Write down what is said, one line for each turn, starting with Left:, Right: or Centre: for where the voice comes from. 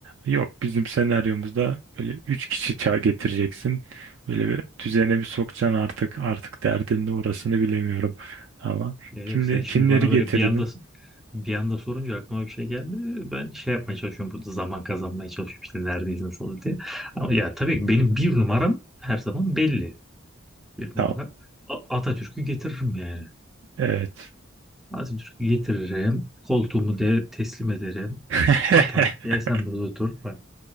Right: Yok bizim senaryomuzda böyle üç kişi çağ getireceksin. Böyle bir düzene bir sokacaksın artık artık derdin de orasını bilemiyorum. Ama
Centre: Ya
Right: kimde
Centre: yok sen
Right: kimleri
Centre: şimdi bana
Right: getirirdin?
Centre: böyle bir anda bir anda sorunca aklıma bir şey geldi. Ben şey yapmaya çalışıyorum burada zaman kazanmaya çalışıyorum işte neredeyiz nasıl diye. Ama ya tabii ki benim bir numaram her zaman belli. Bir
Right: Tamam.
Centre: numara A- Atatürk'ü getiririm yani.
Right: Evet.
Centre: Atatürk'ü getiririm. Koltuğumu de teslim ederim.
Right: <laughs>
Centre: Atam gel sen burada otur. Bak,